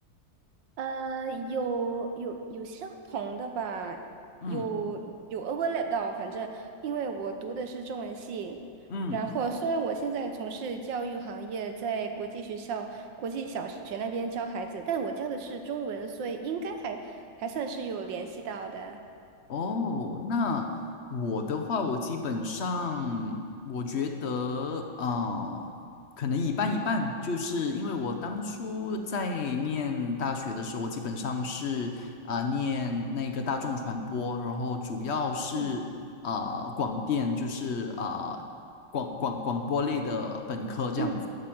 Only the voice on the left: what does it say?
嗯
嗯。
哦，那我的话，我基本上我觉得，啊，可能一半一半，就是因为我当初在念大学的时候，我基本上是啊、呃念那个大众传播，然后主要是啊、
呃广电，就是啊、呃广广广播类的本科这样子。